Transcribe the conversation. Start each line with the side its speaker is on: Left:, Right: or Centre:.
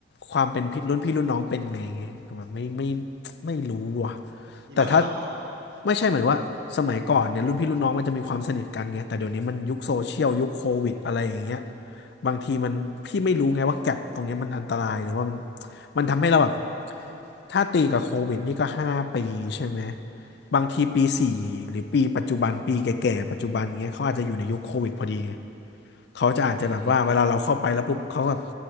Left: ความเป็นพี่รุ่นพี่รุ่นน้องเป็นไงไงก็แบบไม่ไม่ไม่รู้ว่ะ
Right: มีบังคับเหรอ
Left: แต่ถ้าไม่ใช่เหมือนว่าสมัยก่อนเนี่ยรุ่นพี่รุ่นน้องมันจะมีความสนิทกันไงแต่เดี๋ยวนี้มันยุคโซเชียลยุคโควิดอะไรอย่างเงี้ยบางทีมันพี่ไม่รู้ไงว่าแก็ปตรงเนี้ยมันอันตรายหรือว่ามันมันทำให้เราแบบ ถ้าตีกับโควิดนี่ก็ห้าปีใช่ไหมบางทีปีสี่หรือปีปัจจุบันปีแก่ๆปัจจุบันเงี้ยเขาอาจจะอยู่ในยุคโควิดพอดีไงเขาจะอาจจะแบบว่าเวลาเราเข้าไปแล้วปุ๊บเขาก็
Right: อืม